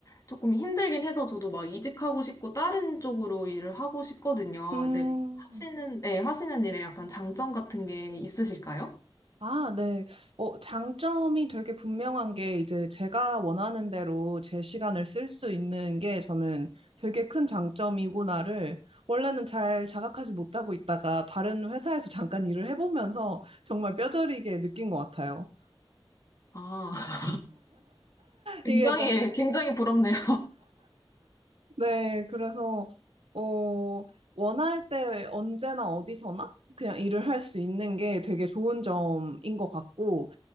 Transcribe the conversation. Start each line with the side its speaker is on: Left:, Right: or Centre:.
Left: 조금 힘들긴 해서 저도 막 이직하고 싶고, 다른 쪽으로 일을 하고 싶거든요.
Right: 음.
Left: 이제 하시는, 네, 하시는 일에 약간 장점 같은 게 있으실까요?
Right: 아, 네. 어, 장점이 되게 분명한 게 이제 제가 원하는 대로 제 시간을 쓸 수 있는 게 저는 되게 큰 장점이구나를 원래는 잘 자각하지 못하고 있다가 다른 회사에서 <laughs> 잠깐 일을 해보면서 정말 뼈저리게 느낀 것 같아요.
Left: 아, 굉장히,
Right: 이게
Left: 굉장히 부럽네요.
Right: 네, 그래서 어 원할 때 언제나 어디서나 그냥 일을 할 수 있는 게 되게 좋은 점인 것 같고